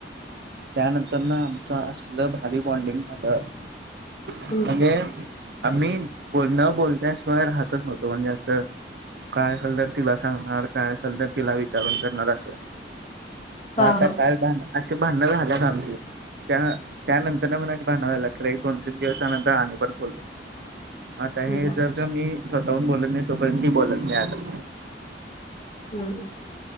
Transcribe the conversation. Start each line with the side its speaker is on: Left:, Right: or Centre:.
Right: त्यानंतर ना आमचं असलं भारी बॉण्डिंग झालं म्हणजे
Left: हम्म
Right: आम्ही न बोलता राहतच नव्हतो म्हणजे असं काय आसल तर तिला सांगणार काय आसल तर तिला विचारून करणार असं.
Left: हा
Right: मग
Left: हा
Right: काल अशी भांडण झाल्यात आमची. पण त्यानंतर न भांडणं झाली की दोन-तीन दिवसांनी बोलतात. आता
Left: हम्म
Right: हे जर का मी स्वतःहून बोलत नाही तोपर्यंत ती बोलत नाय आता.
Left: हम्म.